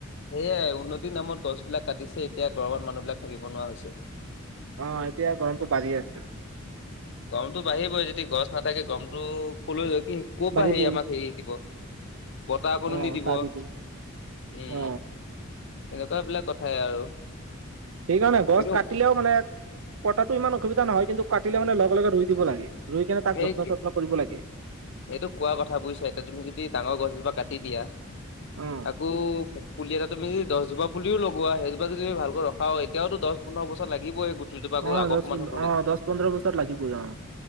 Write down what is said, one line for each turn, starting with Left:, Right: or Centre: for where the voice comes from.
Left: সেইয়াই উন্নতিৰ নামত গছ বিলাক কাটিছে, এতিয়া গৰমত মানুহ বিলাক থাকিব নোৱাৰা হৈছে।
Right: অ', এতিয়া গৰমটো বাঢ়ি আছে।
Left: গৰমটো বাঢ়িবই, যেতিয়া গছ নাথাকে গমটো কলৈ ই ক'ৰ
Right: বাঢ়িবই
Left: পৰা হেৰি আমাক হেৰি দিব, বতাহ অকণো
Right: অ
Left: নিদিব।
Right: চাহ
Left: উম,
Right: দিবই অ
Left: এনেকুৱা বিলাক কথাই আৰু।
Right: সেইকাৰণে গছ
Left: কিন্তু
Right: কাটিলেও মানে কটাতটো ইমান অসুবিধা নহয়, কিন্তু কাটিলে মানে লগে, লগে ৰুই দিব লাগে ৰুই কেনে তাক
Left: এই
Right: যত্ন-তত্ন কৰিব লাগে।
Left: এইটো কোৱা কথা বুজিচা, এতিয়া তুমি যদি ডাঙৰ গছজোপা কাটি দিয়া
Right: অ
Left: আকৌ পুলি এটা তুমি দহজোপা পুলিও লগোৱা, সেইজোপা যদি ভালকৈ ৰখা হয়, এতিয়াও দহ পোন্ধৰ বছৰ লাগিবই। তুই জোপা গৈ
Right: অ
Left: আগৰ
Right: দহ
Left: সমান হ'বলৈ,
Right: অ দহ পোন্ধৰ বছৰ লাগিবই অ